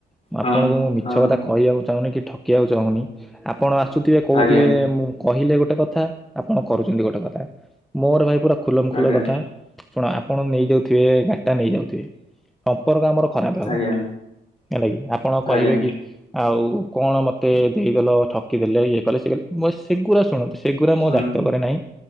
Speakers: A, in the centre; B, on the left.
A: ମୁଁ
B: ହଁ
A: ଆପଣଙ୍କୁ ମୁଁ ମିଛ
B: ହଁ
A: କଥା କହିବାକୁ ଚାହୁଁନି। କି ଠକିବାକୁ ଚାହୁଁନି, ଆପଣ ଆସୁଥିବେ କହୁଥିବେ
B: ଆଜ୍ଞା
A: ମୁଁ କହିଲେ ଗୋଟେ କଥା ଆପଣ କରୁଛନ୍ତି ଗୋଟେ କଥା ମୋର ଭାଇ ପୁରା ଖୁଲମଖୁଲା
B: ଆଜ୍ଞା
A: କଥା ଶୁଣ ଆପଣ ନେଇ ଯାଉଥିବେ ଗାଡ଼ିଟା ନେଇ ଯାଉଥିବେ ସମ୍ପର୍କ ଆମର ଖରାପ ହବ
B: ଆଜ୍ଞା
A: ହେଲା କିି ଆପଣ କହିବେ
B: ଆଜ୍ଞା
A: କି ଆଉ କଣ ମତେ ଦେଲ ଠକି ଦେଲେ ଇଏ କଲେ ସିଏ କଲେ, ମୁ ସେଗୁରା ଶୁଣନ୍ତୁ ସେଗୁରା ମୋ
B: ହଁ।
A: ଜାତକରେ ନାହିଁ